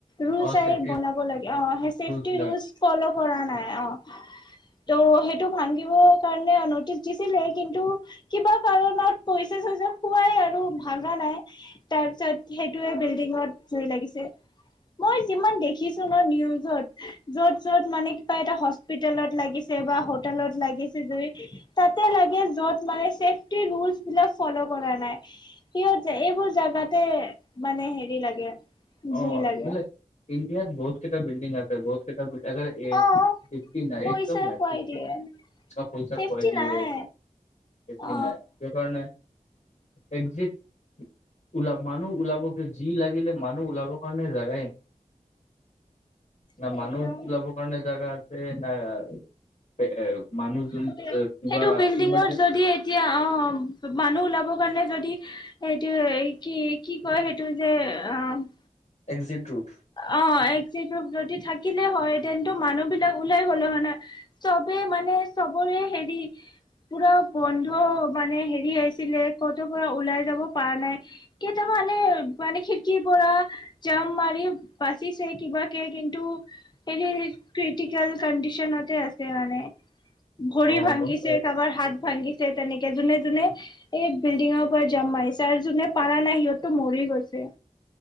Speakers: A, on the left (about 30°); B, on the left (about 55°).
A: ৰুল
B: অ
A: চাই
B: চেফটি
A: বনাব লাগে অ' হেচে
B: <inaudible>
A: <unintelligible> ফল' কৰা নাই অ'। ত' সেইটো ভাংগিব কাৰণে ন'টিচ দিছিলে কিন্তু কিবা কাৰণত পইছা - চইছা খোৱাই আৰু ভাংগা নাই। তাৰ পিছত সেইটোয়ে বিল্ডিঙত জুই লাগিছে। মই যিমান দেখিছো ন' নিউজত য'ত য'ত মানে কিবা এটা হস্পিতেলত লাগিছে বা হোটেলত লাগিছে যদি তাতে লাগে য'ত মানে ছেফটি ৰুলচবিলাক ফ'ল' কৰা নাই। কিয়যে এইবোৰ জাগাতে মানে হেৰি লাগে জুই
B: অ'
A: লাগে
B: মানে ইণ্ডিয়াত বহুত কেটা বিল্ডিং আছে। বহুত কেটা বিল আগাৰ এ
A: অ
B: ফিফটিন নাই
A: পইচা
B: একদম নাই
A: খুৱাই
B: ফিফটি
A: দিয়ে
B: সব পইচা
A: চেফটি
B: খুৱাই দিয়ে,
A: নাই
B: একি
A: অ
B: নাই ক সেইকাৰণে একজেক ওলা মানুহ ওলাব কিয়? যি লাগিলে মানু নুহ ওলাব কাৰণে জাগাই না
A: সেইটোৱে
B: মানুহ ওলাবৰ কাৰণে জাগা আছে, না <unintelligible> মানুহজন
A: সেইটোৱে
B: এ কিবা
A: সেইটো বিল্ডিঙত
B: ইমাৰজেন
A: যদি এতিয়া অ', মা মানুহ ওলাবৰ কাৰণে যদি সেইটোয়ে, কি কি কয় সেইটো যে আম
B: এগ্জিট ৰুট
A: অ' এজ্বিট ৰুপ যদি থাকিলে হয় তেন্তু মানুহ বিলাক ওলাই গলে হয় ন'? চবে মানে চবৰে হেৰি পুৰা বন্ধ' মানে হেৰি আছিলে, ক'ত' পৰা ওলাই যাব পাৰা নাই। কেইটাবা এনে মানে খিৰিকীৰ পৰা জাম মাৰি বাচিছে কিবাকে কিন্তু এ ক্ৰিটিকেল কণ্ডিশনতে আছে মানে। ভৰি
B: অ
A: ভাঙিছে
B: গম পাই
A: কাৰোবাৰ হাত ভাঙিছে তেনেকে যোনে যোনে এই বিল্ডিঙৰ পৰা জাম মাৰিছে আৰু যোনে পাৰা নাই সিহঁতটো মৰি গৈছে।